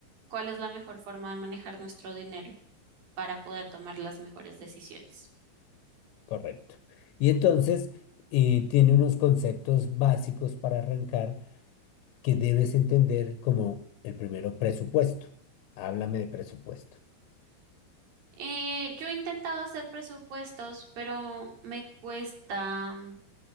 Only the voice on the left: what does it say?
Correcto. Y entonces eh, tiene unos conceptos básicos para arrancar que debes entender como el primero, presupuesto. Háblame de presupuesto.